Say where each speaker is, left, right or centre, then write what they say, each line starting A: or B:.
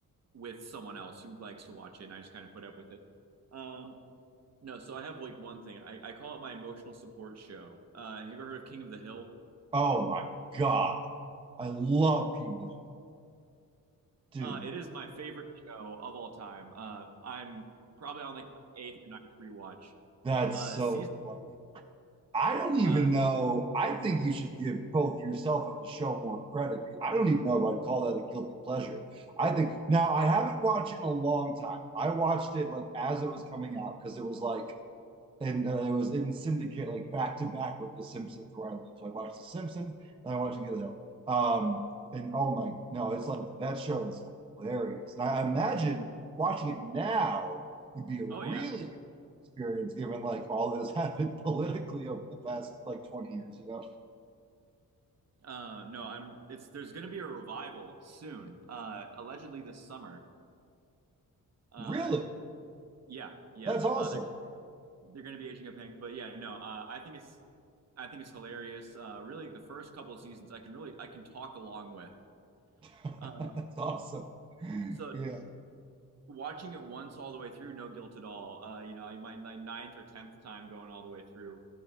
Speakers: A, on the right (about 50°); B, on the right (about 15°).
A: with someone else who likes to watch it and i just kind of put up with it um No, so I have like one thing. I, I call it my emotional support show. Uh, have you ever heard of King of the Hill?
B: Oh my God. I love King of the Hill. Dude,
A: Uh, it is my favorite show of all time. Uh, I'm probably on like my eighth or ninth rewatch.
B: that's
A: Uh,
B: so
A: season.
B: funny. I don't even
A: Uh,
B: know. I think you should give both yourself and the show more credit. I don't even know if I'd call that a guilty pleasure. I think now I haven't watched it in a long time. I watched it like as it was coming out because it was like and uh, it was in syndicate like back to back with The Simpsons where I live. So I watched The Simpsons and I watched Get the Hill. Um, and oh my, no, it's like that show is hilarious. And I imagine watching it now would be a really
A: oh yeah.
B: good experience given like all that has <laughs> happened politically over the past like 20 years, you know?
A: Uh, no, I'm. It's there's going to be a revival soon. Uh, allegedly this summer. Uh,
B: Really?
A: yeah, yeah.
B: That's awesome.
A: Uh, they're they're going to be aging a pink, but yeah, no. Uh, I think it's I think it's hilarious. Uh, really, the first couple of seasons, I can really I can talk along with.
B: <laughs>
A: Uh,
B: That's awesome.
A: so.
B: Yeah.
A: watching it once all the way through, no guilt at all. Uh, you know, I might like ninth or tenth time going all the way through.